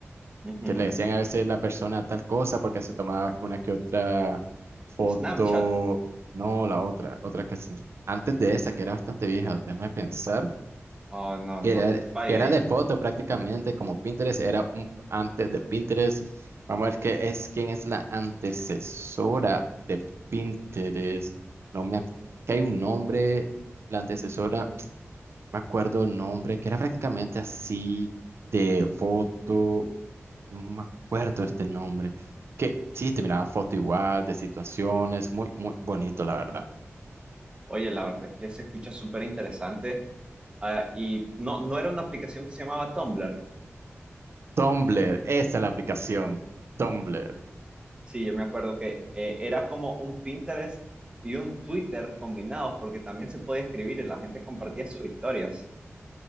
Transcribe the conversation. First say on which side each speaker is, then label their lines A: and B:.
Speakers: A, on the right (about 20°); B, on the right (about 60°).
A: Ujú.
B: que le decían a veces la persona tal cosa porque se tomaba una que otra foto.
A: Snapchat.
B: No, la otra, otra que se- antes de esa, que era bastante vieja, déjame pensar
A: Oh, no,
B: que
A: no,
B: era,
A: te fallo
B: que era de foto prácticamente, como Pinterest era un antes de Pinterest. Vamos a ver qué es, quién es la antecesora de Pinterest. No me, ac- que hay un nombre, la antecesora, <tsk> me acuerdo el nombre, que era prácticamente así de foto, no me acuerdo este nombre. Que sí, te miraba foto igual, de situaciones, muy, muy bonito, la verdad.
A: Oye, la verdad es que se escucha súper interesante. Ah, y no, no era una aplicación que se llamaba Tumblr.
B: Tumblr, esa es la aplicación, Tumblr.
A: Sí, yo me acuerdo que eh, era como un Pinterest y un Twitter combinados, porque también se podía escribir y la gente compartía sus historias.